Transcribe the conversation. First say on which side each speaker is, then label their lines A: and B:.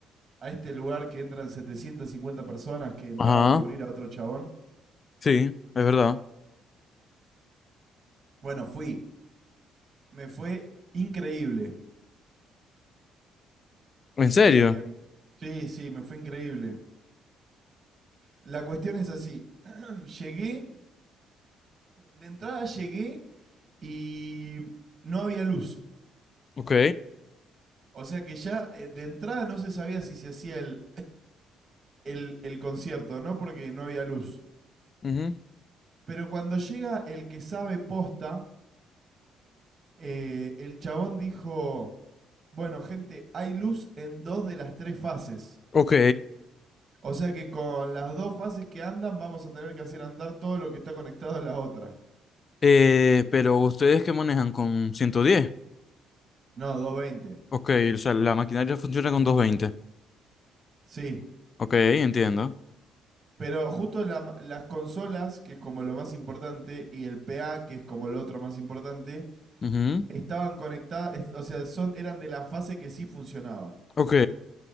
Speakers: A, on the right; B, on the left.
A: a este lugar que entran 750 personas que entraba
B: Ajá.
A: a cubrir a otro chabón.
B: Sí, es verdad.
A: Bueno, fui. Me fue increíble.
B: ¿En serio?
A: Eh, sí, sí, me fue increíble. La cuestión es así. <clears throat> Llegué, de entrada llegué y no había luz.
B: Ok.
A: O sea que ya eh, de entrada no se sabía si se hacía el, el, el concierto, ¿no? Porque no había luz.
B: ujú,
A: Pero cuando llega el que sabe posta, eh, el chabón dijo, bueno, gente, hay luz en dos de las tres fases.
B: Ok.
A: O sea que con las dos fases que andan vamos a tener que hacer andar todo lo que está conectado a la otra.
B: Eh, pero ustedes que manejan con 110.
A: No, 220.
B: Ok, o sea, la maquinaria funciona con 220.
A: Sí.
B: Ok, entiendo.
A: Pero justo la las consolas, que es como lo más importante, y el PA, que es como lo otro más importante,
B: Ujú,
A: estaban conectadas, es- o sea, son, eran de la fase que sí funcionaba.
B: Ok.